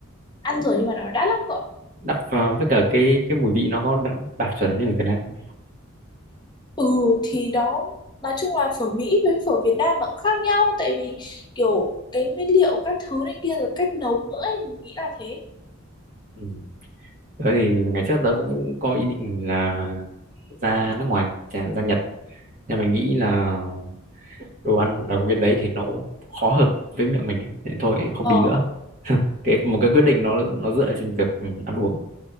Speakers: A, on the left; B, on the right.
A: ăn rồi nhưng mà nó đắt lắm cơ
B: đắt vào với cả cái cái mùi vị nó có đạt, đạt chuẩn như ở Việt Nam không?
A: ừ thì đó nói chung là phở Mỹ với phở Việt Nam nó cũng khác nhau tại vì kiểu cái nguyên liệu các thứ này kia rồi cách nấu nữa ấy, mình nghĩ là thế
B: Ừ. Tớ thì ngày trước tớ cũng có ý định là ra nước ngoài, chà- ra Nhật. Nhưng mà nghĩ là đồ ăn ở bên đấy thì nó cũng khó hợp với miệng mình ấy. Thế thôi không
A: ờ
B: đi nữa. Cái một cái quyết định nó nó dựa trên việc ừ, ăn uống.